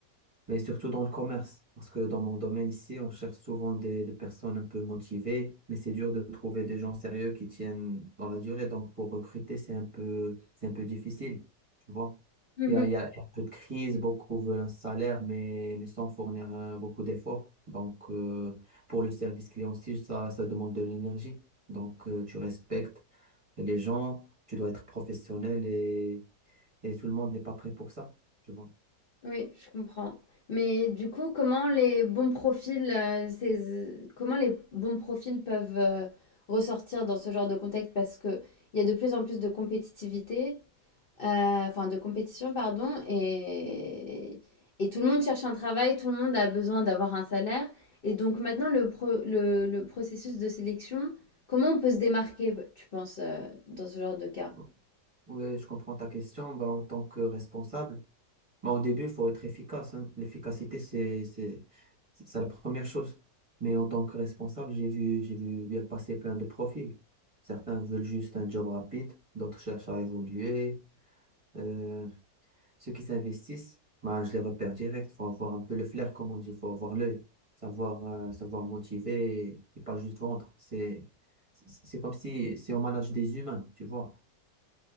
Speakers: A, on the right; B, on the left.
A: mais surtout dans le commerce. Parce que dans mon domaine ici, on cherche souvent des, des personnes un peu motivées, mais c'est dur de trouver des gens sérieux qui tiennent dans la durée. Donc, pour recruter, c'est un peu, c'est un peu difficile, tu vois.
B: Mhm.
A: Il y a, il y a, il y a un peu de crise, beaucoup veulent un salaire, mais, mais sans fournir euh, beaucoup d'efforts. Donc, euh, pour le service client aussi, ça, ça demande de l'énergie. Donc, euh, tu respectes les gens, tu dois être professionnel et, et tout le monde n'est pas prêt pour ça, tu
B: Oui, je comprends. Mais du coup, comment les bons profils, euh, ces- comment les bons profils peuvent euh, ressortir dans ce genre de contexte? Parce que il y a de plus en plus de compétitivité, euh, enfin de compétition, pardon, et, et tout le monde cherche un travail, tout le monde a besoin d'avoir un salaire. Et donc maintenant, le, pro- le, le processus de sélection, comment on peut se démarquer, tu penses, euh, dans ce genre de cas?
A: vois. Oui, je comprends ta question. bah en tant que responsable, bah au début, il faut être efficace. hein. L'efficacité, c'est, c'est, c'est c'est la première chose. Mais en tant que responsable, j'ai vu, j'ai vu bien passer plein de profils. Certains veulent juste un job rapide, d'autres cherchent à évoluer. Euh, ceux qui s'investissent, bah je les repère direct. Faut avoir un peu le flair, comme on dit. Faut avoir l'œil, savoir, euh, savoir motiver et, et pas juste vendre. C'est, c'est c'est comme si, si on manage des humains, tu vois.